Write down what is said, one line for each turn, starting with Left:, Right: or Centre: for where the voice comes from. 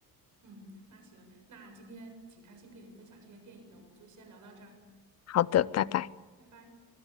Right: 嗯，那行，那今天挺开心跟你分享这些电影的，我们就先聊到这儿，
Left: 好的，拜拜。
Right: 拜拜。